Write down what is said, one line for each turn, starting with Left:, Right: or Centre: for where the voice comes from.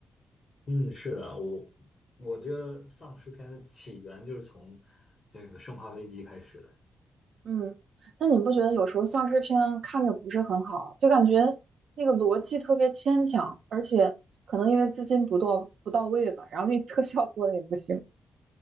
Left: 嗯，是的，我我觉得丧尸片的起源就是从这个《生化危机》开始的
Right: 嗯，但你不觉得有时候丧尸片看着不是很好，就感觉那个逻辑特别牵强，而且可能因为资金不到不到位吧，然后那特效做的也不行，